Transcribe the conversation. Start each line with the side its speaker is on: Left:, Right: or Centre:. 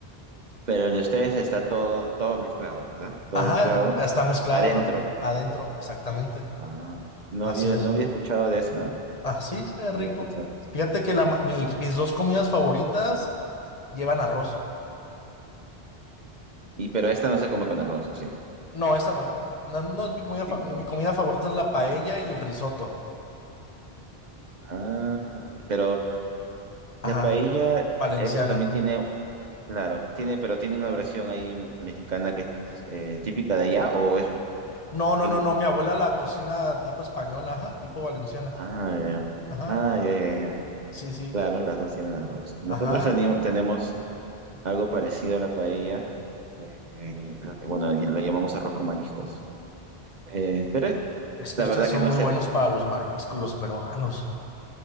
Right: Pero el de ustedes está todo, todo mezclado, ¿verdad? Todo
Left: Ajá,
Right: mezclado
Left: em, está mezclado
Right: adentro.
Left: a- adentro, exactamente,
Right: Ah, no
Left: así
Right: había,
Left: es.
Right: no había escuchado de esa, ¿eh?
Left: Así es
Right: No
Left: rico.
Right: había escuchado.
Left: Fíjate que la ma- mi- mis dos comidas favoritas llevan arroz.
Right: Y pero esta no se come con arroz, ¿o sí?
Left: No, esa no, no, no es mi comida,
Right: Y
Left: fa-
Right: que-
Left: mi mi comida favorita es la paella y el risotto.
Right: Ah, pero
Left: Ajá,
Right: la paella,
Left: valenciana.
Right: esa también tiene, claro, tiene, pero tiene una versión ahí mexicana que es eh, típica de allá, o es
Left: No, no,
Right: un-
Left: no, no, mi abuela la cocina tipo española, ajá, tipo valenciana.
Right: ah, ya,
Left: Ajá,
Right: ah, ya, ya, ya.
Left: sí, sí,
Right: Claro, las dos tienen arroz. Nosotros
Left: ajá.
Right: tenemos, tenemos algo parecido a la paella. eh, bueno, la llamamos arroz con mariscos Eh, pero
Left: Es que
Right: la
Left: ustedes
Right: verdad
Left: son
Right: que no
Left: muy
Right: sé.
Left: buenos para los mariscos, los peruanos.